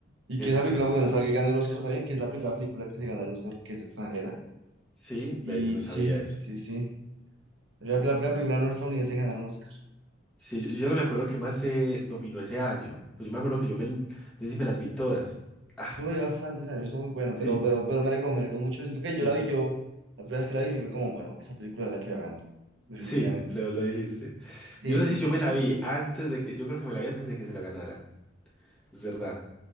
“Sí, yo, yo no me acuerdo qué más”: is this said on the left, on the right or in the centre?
Centre